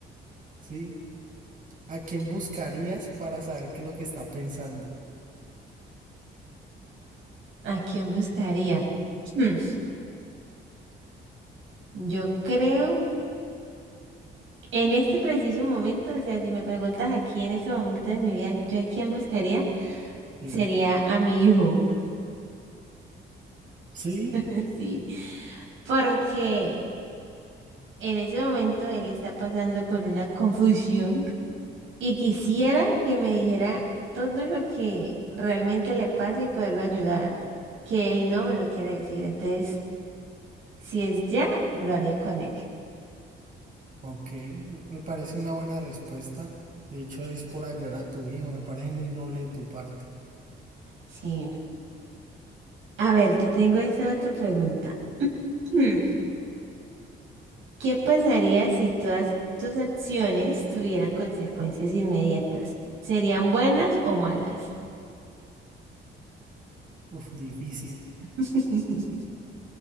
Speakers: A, on the right; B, on the right.
A: ¿sí? ¿A quién buscarías para saber qué es lo que está pensando?
B: ¿A quién buscaría? Hmm, Yo creo, en este preciso momento, o sea, si me preguntas aquí en ese momento de mi vida, ¿yo a quién buscaría?
A: Sí.
B: Sería a mi hijo.
A: Sí,
B: <laughs> Sí, porque en ese momento él está pasando por una confusión. Y quisiera que me dijera todo lo que realmente le pasa y poderlo ayudar, que él no me lo quiere decir. Entonces, si es ya, lo haría con él.
A: ok. Me, me parece una buena respuesta. De hecho, es por ayudar a tu hijo. Me parece muy noble de tu parte.
B: Sí. A ver, te tengo esta otra pregunta. Hmm, ¿Qué pasaría si todas tus acciones tuvieran consecuencias inmediatas? ¿Serían buenas o malas?
A: Uf, difícil.
B: <laughs>